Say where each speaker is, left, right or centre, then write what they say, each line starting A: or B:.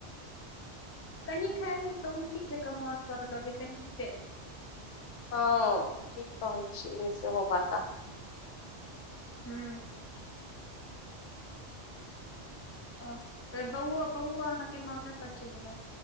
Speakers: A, on the left; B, on the left.
A: कनि खाए लै तऽ उलटी जकाँ मोन करलकै तनी केँ
B: हँ ठीक कह रहल छीयै एहो बात त अहाँ
A: हूँ अ त बहुआ बहुआ अहाँके ममे पर चल हय